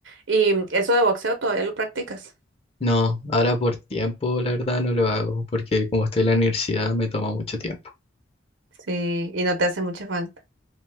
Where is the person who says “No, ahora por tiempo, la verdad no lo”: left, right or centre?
Left